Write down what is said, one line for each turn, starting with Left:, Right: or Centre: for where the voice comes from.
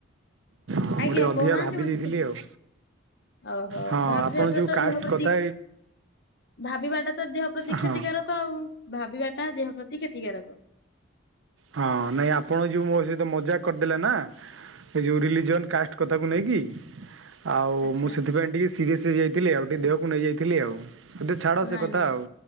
Right: ହଁ
Left: ଆଜ୍ଞା
Right: ମୁଁ ଟିକେ ଅଧିକା
Left: କହୁନାହାନ୍ତି
Right: ଭାବି
Left: ମତେ
Right: ଦେଇଥିଲି
Left: ସବୁ
Right: ଆଉ
Left: ଓହୋ
Right: ହଁ
Left: ଭାବିବାଟା
Right: ଆପଣ ଯେଉଁ
Left: ତ
Right: କାଷ୍ଟ
Left: ଦେହ ପ୍ରତି
Right: କଥା
Left: ଭାବିବାଟା ତ ଦେହ ପ୍ରତି
Right: ହଁ
Left: କ୍ଷତିକାରକ ଆଉ, ଭାବିବାଟା ଦେହ ପ୍ରତି କ୍ଷତିକାରକ।
Right: ହଁ ନାଇଁ ଆପଣ ଯେଉଁ ମୋ ସହିତ ମଜାକ କରିଥିଲେ ନାଁ ଏ ଯେଉଁ ରିଲିଜିନ୍ କାଷ୍ଟ କଥାକୁ ନେଇକି ଆଉ
Left: ଆଚ୍ଛା।
Right: ମୁଁ ସେଥିପାଇଁ ଟିକେ ସିରିଏସ୍ ହେଇଯାଇଥିଲି ଆଉ ଟିକେ ଦେହକୁ ନେଇଯାଇଥିଲି ଆଉ ଏବେ ଛାଡ଼ ସେ
Left: ନାଇଁ
Right: କଥା
Left: ନାଇଁ
Right: ଆଉ